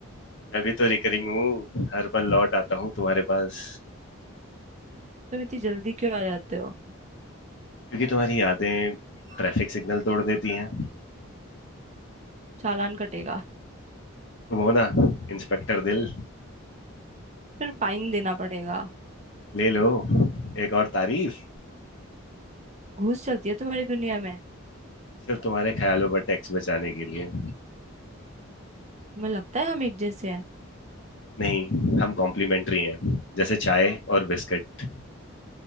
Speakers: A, on the left; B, on the right.
A: मैं भी तो रिकरिंग हूँ हर पल लौट आता हूँ तुम्हारे पास
B: तुम इतनी जल्दी क्यों आ जाते हो
A: क्योंकि तुम्हारी यादें ट्रैफिक सिग्नल तोड़ देती हैं
B: चालान कटेगा
A: तुम हो ना इंस्पेक्टर दिल
B: फिर फाइन देना पड़ेगा
A: ले लो एक और तारीफ
B: घूस चलती है तुम्हारी दुनिया में
A: सिर्फ तुम्हारे ख्यालों पर टैक्स बचाने के लिए
B: तुम्हें लगता है हम एक जैसे हैं
A: नहीं हम कॉम्प्लीमेंट्री हैं जैसे चाय और बिस्किट